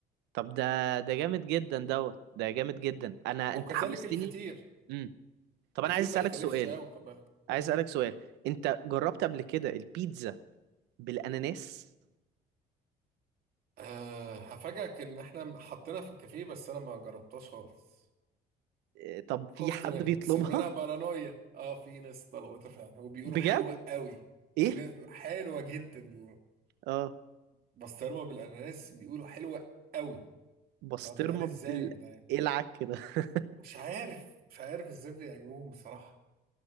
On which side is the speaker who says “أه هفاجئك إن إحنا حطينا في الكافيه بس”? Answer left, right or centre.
Right